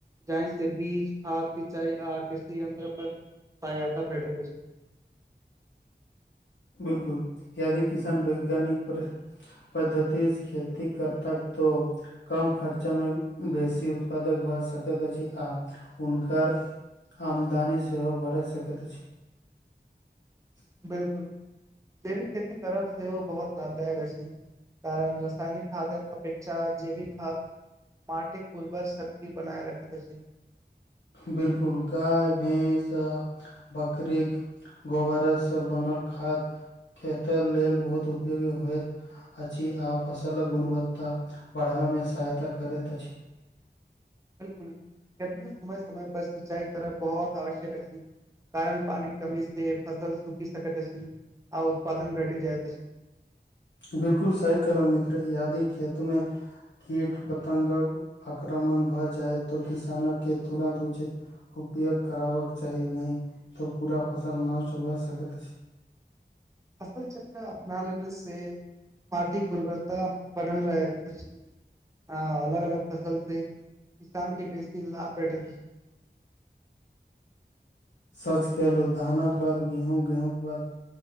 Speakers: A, on the right; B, on the left.
A: जाहि सें बीज, खाद, सिंचाई आ कृषि यन्त्र पर सहायता भेटत अछि। <inaudible>
B: बिलकुल यदि किसान वैज्ञानिक पर पद्धतिसे खेती करता तो कम खर्चामे बेसी उत्पादक भ सकैत अछि आ हुनकर आमदानी सेहो बढ़ि सकैत अछि। <inaudible>
A: बिलकुल जैविक खेती करब सेहो बहुत लाभदायक अछि। कारण रसायनिक खादक अपेक्षा जैविक खाद्य माटिक उर्वर शक्ति बनाय रखैत अछि।
B: बिलकुल गाय, भेंस आ बकरीक गोबरसँ बनल खाद खेत लेल बहुत उपयोगी होइत अछि आ फसलक गुणवत्ता बढ़बामे सहायता करैत अछि।
A: बिलकुल, अखने समय समय पर सिंचाई करब बहुत आवश्यक अछि। कारण पानीक कमी से फसल सुखि सकैत अछि आ उत्पादन घटि जाइत अछि।
B: बिलकुल सही कहलहुँ मित्र, यदि खेतमे कीट पतंगक आक्रमण भ जाय त किसान के तुरन्त उचित उपयोग कराबक चाही नहि त पूरा फसल नष्ट भ सकैत अछि।
A: फसल चक्र अपना लेने से माटिक दुर्बलता बनल रहैत अछि आ अलग अलग फसल से किसान के बेसी लाभ भेटैत अछि।
B: सच कहलहुँ धानक बाद गेहूँ, गेहूँके बाद